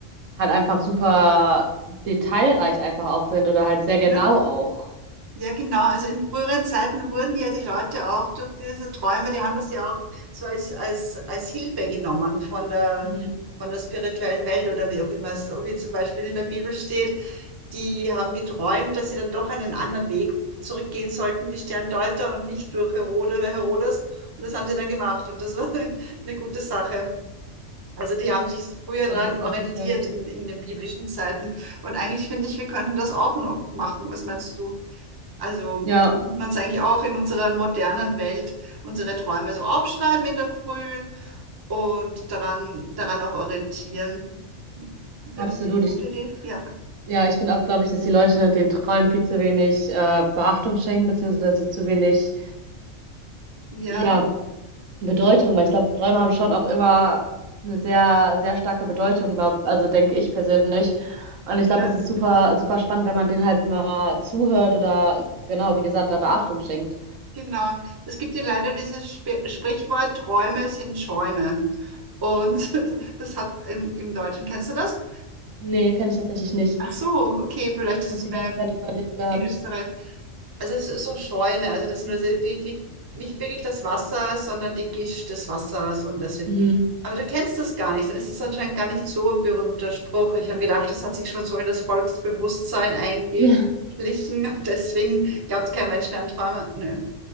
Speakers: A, on the right (about 80°); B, on the right (about 25°).
A: halt einfach super detailreich einfach auch sind oder halt sehr genau
B: Ja?
A: auch.
B: Ja, genau. Also in früheren Zeiten wurden ja die Leute auch durch diese Träume, die haben das ja auch so als, als, als Hilfe genommen von der,
A: Mhm.
B: von der spirituellen Welt oder wie auch immer, so wie zum Beispiel in der Bibel steht, die haben geträumt, dass sie dann doch einen anderen Weg zurückgehen sollten, die Sterndeuter und nicht durch Herode oder Herodes. Und das haben sie dann gemacht und das war <laughs> eine gute Sache. Also die haben sich früher
A: Das
B: daran
A: ist
B: orientiert
A: richtig gut.
B: in, in den biblischen Zeiten. Und eigentlich finde ich, wir könnten das auch noch machen. Was meinst du? Also
A: Ja,
B: wir könnten uns eigentlich auch in unserer modernen Welt unsere Träume so aufschreiben in der Früh und daran, daran auch orientieren. Findest
A: absolut.
B: du das eine gute
A: Ich,
B: Idee? Ja,
A: ja, ich finde auch, glaube ich, dass die Leute den Träumen viel zu wenig äh, Beachtung schenken, beziehungsweise zu wenig,
B: ja,
A: ja, Bedeutung, weil ich glaube, Träume haben schon auch immer eine sehr, sehr starke Bedeutung, glaub, also denke ich persönlich. Und ich
B: ja,
A: glaube, das ist super, super spannend, wenn man denen halt mal zuhört oder genau, wie gesagt, da Beachtung schenkt.
B: genau. Es gibt ja leider dieses Sp Sprichwort, Träume sind Schäume. Und <laughs> das hat im, im Deutschen, kennst du das?
A: Nee, kenne ich tatsächlich nicht.
B: Ach so, okay, vielleicht ist
A: Deswegen
B: es mehr
A: habe ich gerade
B: in,
A: überlegt gehabt.
B: in Österreich. Also es ist so Schäume, also das sind nur so die, die, nicht wirklich das Wasser, sondern die Gischt des Wassers und deswegen.
A: Mhm.
B: Aber du kennst das gar nicht, dann ist es anscheinend gar nicht so ein berühmter Spruch. Ich habe gedacht, das hat sich schon so in das Volksbewusstsein eingeschlichen
A: <laughs>
B: und deswegen glaubt kein Mensch mehr an Träume. Nö.